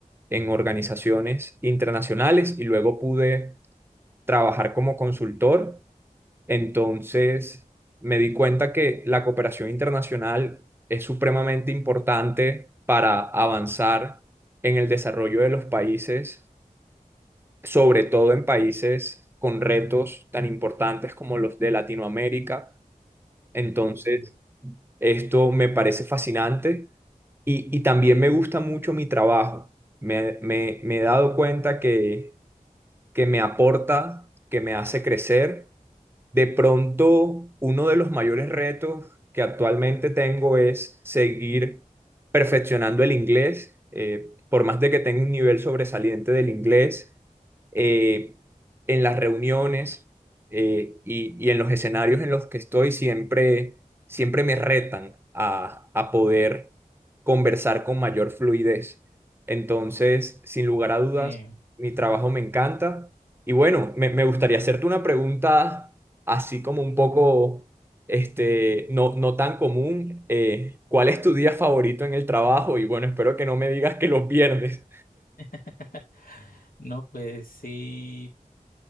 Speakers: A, on the right; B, on the left.
A: en organizaciones internacionales y luego pude trabajar como consultor. Entonces me di cuenta que la cooperación internacional es supremamente importante para avanzar en el desarrollo de los países, sobre todo en países con retos tan importantes como los de Latinoamérica. Entonces,
B: Claro, sí.
A: esto me parece fascinante Y, y también me gusta mucho mi trabajo. Me, me, me he dado cuenta que, que me aporta, que me hace crecer de pronto, uno de los mayores retos que actualmente tengo es seguir perfeccionando el inglés. Eh, por más de que tenga un nivel sobresaliente del inglés, eh, en las reuniones eh, y, y en los escenarios en los que estoy, siempre, siempre me retan a, a poder conversar con mayor fluidez. Entonces, sin lugar a dudas,
B: Sí.
A: mi trabajo me encanta. Y bueno, me, me gustaría hacerte una pregunta así como un poco, este, no, no tan común. eh, ¿cuál es tu día favorito en el trabajo? Y bueno, espero que no me digas que los viernes.
B: <laughs> No, pues sí.